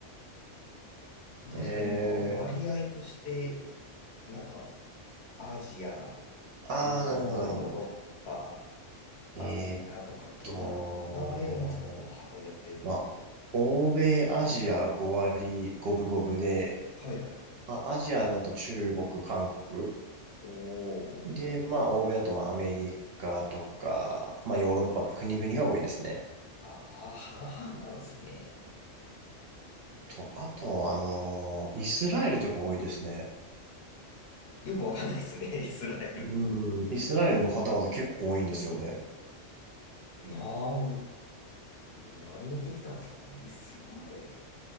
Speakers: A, on the left (about 60°); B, on the right (about 60°).
A: どうですか、
B: い。え
A: 今、割合として、なんか、アジア、
B: ー、ああ、
A: ヨーロッパ、
B: なるほど、なるほど。えーっ
A: アメリカとか、どんな、
B: と、
A: どんな割合なんですか、今、箱根って。
B: まあ、欧米、アジア5割5分5分で、
A: はいはいはい。
B: まあ、アジアだと中国、韓国。
A: おー。
B: で、まあ、欧米だとまあ、アメリカとか、まあ、ヨーロッパの国々が多いですね。
A: ああ、半々なんですね。
B: と、あと、あのーイスラエルとか多いですね。
A: よくわかんないですね、イスラエルって。
B: うん、イスラエルの方々結構多いんですよね。
A: なん、何見てきたんですかね。イスラエル。